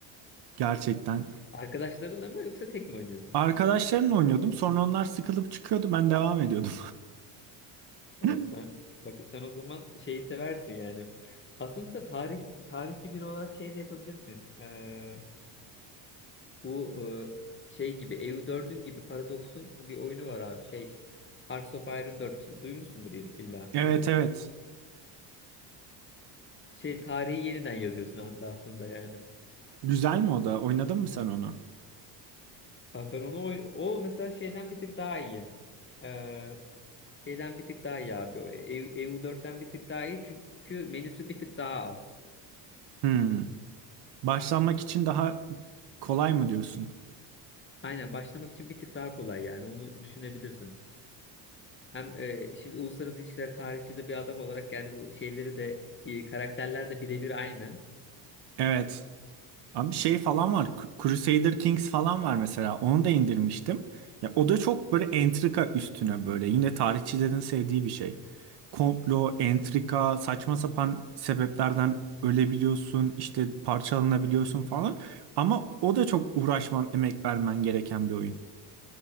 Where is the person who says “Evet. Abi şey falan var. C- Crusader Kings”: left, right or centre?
Right